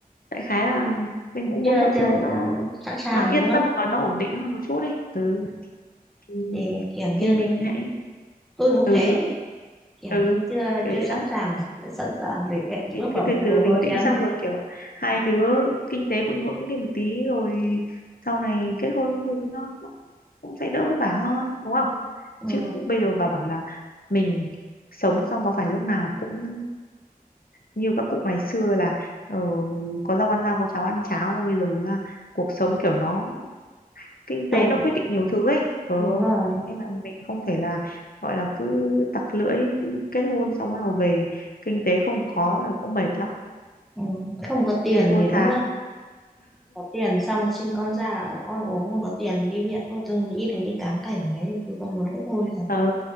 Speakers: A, on the left (about 70°); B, in the centre.
A: đại khái là mình cũng
B: chưa
A: muốn mọi
B: chưa
A: thứ
B: ờ,
A: nó
B: sẵn sàng
A: nó yên
B: đúng không
A: tâm và nó ổn định hơn một chút đi ừ thì
B: thì kiểu như
A: thì mình hãy
B: tôi cũng
A: ừ
B: thế kiểu
A: ừ
B: như chưa
A: kiểu
B: chưa
A: vậy
B: sẵn
A: đó
B: sàng chưa sẵn sàng để em
A: thì
B: bước
A: cứ
B: vào một
A: từ từ
B: cuộc hôn
A: bình tĩnh
B: nhân
A: xong rồi kiểu hai đứa kinh tế vững vững đi một tí rồi sau này kết hôn các thứ nó, nó cũng sẽ đỡ vất vả hơn đúng không
B: ừ,
A: chứ bây giờ bà bảo là mình sống xong có phải lúc nào cũng như các cụ ngày xưa là ờ, có rau ăn rau có cháo ăn cháo đâu bây giờ là cuộc sống kiểu nó kinh tế
B: không
A: nó quyết định nhiều thứ ấy ờ,
B: đúng rồi
A: thế nên là mình không thể là gọi là cứ tặc lưỡi kết hôn xong bắt đầu về kinh tế không có là cũng mệt lắm
B: ừ, không có tiền
A: nên thôi
B: thì
A: thà
B: đúng có tiền xong sinh con ra con ốm không có tiền đi viện ô tôi nghĩ đến cái cám cảnh đấy thì tôi không muốn kết hôn cả
A: ờ,